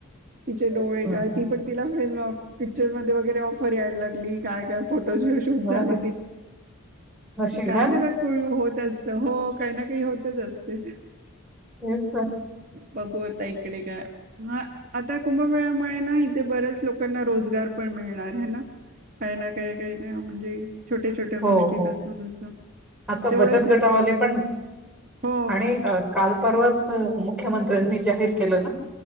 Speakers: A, on the right (about 40°); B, in the centre.
A: तिचे डोळे
B: हम्म,
A: काय
B: हम्म.
A: ती पण तिला फल पिक्चर मध्ये वगैरे ऑफर यायला लागली काय काय फोट फो शूट झाले
B: हो ना नशीब
A: काय
B: हां?
A: ना काय करू होत तसत हो काही ना काही होतच असते
B: हस
A: बघूता इकडे का हा आता कुंभमेळ्यामुळे ना इथे बऱ्याच लोकांना रोजगार पण मिळणार आहे ना काही ना काही काही ना म्हणजे छोट्या छोट्या
B: हो,
A: गोष्टीपासून
B: हो.
A: असं
B: आता
A: तेवढंच
B: बचत
A: लोकां
B: गटावाले पण
A: हो
B: आणि काल परर्वाच मुख्यमंत्र्यांनी जाहीर केलं ना